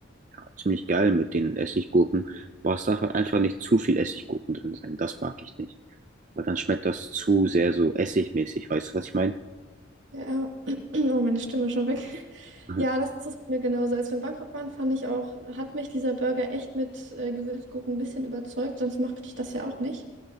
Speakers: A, on the right (about 40°); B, on the right (about 65°).
A: Ja, ziemlich geil mit den Essiggurken. Aber es darf halt einfach nicht zu viel Essiggurken drin sein. Das mag ich nicht. Weil dann schmeckt das zu sehr so essigmäßig. Weißt du, was ich meine?
B: Ja. <clears throat> Oh, meine Stimme ist schon weg. <laughs>
A: Mhm.
B: Ja, das ist bei mir genauso. Als wir in Bangkok waren, fand ich auch, hat mich dieser Burger echt mit äh, Gewürzgurken ein bisschen überzeugt. Sonst machte ich das ja auch nicht.